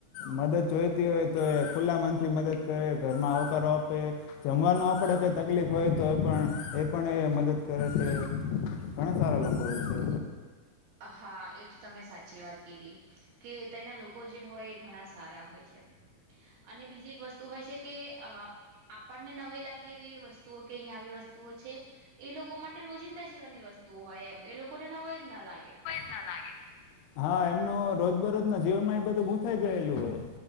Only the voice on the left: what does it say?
મદદ જોઈ હોય તો એ ખુલ્લા મનથી મદદ કરે ઘરમાં આવકારો આપે જમવાનું આપડે કઈ તકલીફ હોય તો એ પણ પણ એ કરે છે ઘણા સારા લોકો હોય છે
ના લાગે હા એમનું રોજબરોજ ના જીવનમાં એ બધું બો થઈ ગયેલું હોય